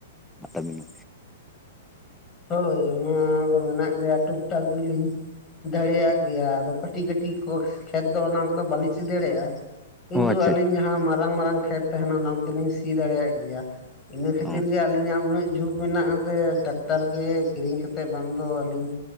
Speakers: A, in the centre; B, on the left (about 25°).
A: ᱛᱟᱵᱤᱱᱟ᱾
B: ᱦᱳᱭ ᱚᱱᱟ ᱫᱚ ᱢᱮᱱᱟᱜ ᱜᱮᱭᱟ ᱴᱩᱠ ᱴᱟᱠ ᱫᱩᱞᱤᱧ ᱫᱟᱲᱮᱭᱟᱜ ᱜᱮᱭᱟ ᱟᱫᱚ ᱠᱟ ᱠᱟᱹᱴᱤᱡ ᱠᱟᱹᱴᱤᱡ ᱠᱚ ᱠᱷᱮᱛ ᱫᱚ ᱚᱱᱟ ᱴᱤᱡ ᱠᱟᱹᱴᱤᱡ ᱠᱟᱹᱴᱤᱡ ᱠᱚ ᱠᱷᱮᱛᱽ ᱫᱚ ᱚᱱᱟ ᱠᱚᱫᱚ ᱵᱟᱹᱞᱤᱧ ᱥᱤ ᱫᱟᱲᱮᱭᱟᱜᱼᱟ᱾ ᱠᱤᱱᱛᱩ
A: ᱚ ᱟᱪᱪᱷᱟ
B: ᱟᱹᱞᱤᱧ ᱡᱟᱦᱟᱸ ᱢᱟᱨᱟᱝ ᱢᱟᱨᱟᱝ ᱠᱷᱮᱛ ᱛᱟᱦᱮᱱᱟ ᱚᱱᱟ ᱠᱚᱫᱤᱧ ᱥᱤ ᱫᱟᱲᱮᱭᱟᱜ ᱜᱮᱭᱟ ᱤᱱᱟᱹ ᱠᱷᱟᱹᱛᱤᱨ
A: ᱚ
B: ᱜᱮ ᱟᱹᱞᱤᱧᱟᱜ ᱩᱱᱟᱹᱜ ᱡᱷᱩᱠ ᱢᱮᱱᱟᱜᱼᱟ ᱡᱮ ᱴᱟᱠ ᱴᱟᱨ ᱜᱮ ᱠᱤᱨᱤᱧ ᱠᱟᱛᱮᱫ ᱵᱟᱝ ᱫᱚ ᱟᱹᱞᱤᱧ